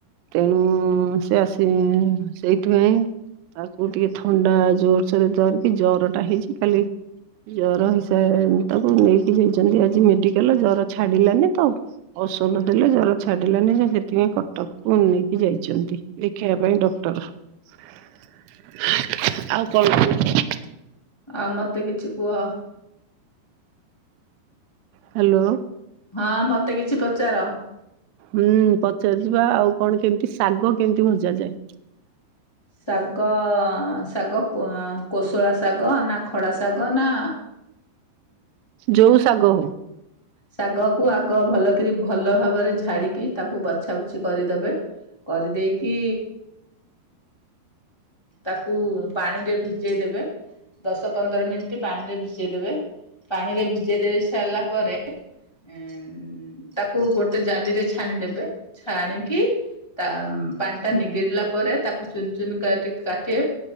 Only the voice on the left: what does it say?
ଆଉ ମତେ କିଛି କୁହ?
ହଁ ମତେ କିଛି ପଚାର?
ସାଗ ଆଁ ସଗ କ୍ଵଆଁ କୋଶଳା ଶାଗ ନା ଖଡା ଶାଗ ନା
ଶାଗ କୁ ଆଗ ଭଲକରି ଭଲ ଭାବରେ ଝାଡିକି ତାକୁ ବଛାବୁଛି କରିଦବେ। କରିଦେଇକି ତାକୁ ପାଣିରେ ଭିଜେଇ ଦେବେ। ଦଶ ପନ୍ଦର ମିନଟି ପାଣିରେ ଭିଜେଇ ଦେବେ। ପାଣିରେ ଭିଜେଇ ଦେଇ ସାରିଲା ପରେ ଉଁ ତାକୁ ଗୋଟେ ଜାଲିରେ ଛାଣିଦେବେ ଛାଣିକି ତା ପାଣି ଟା ନିଗିଡିଲା ପରେ ତାକୁ ଚୁନ ଚୁନ କାଟି କାଟିବେ।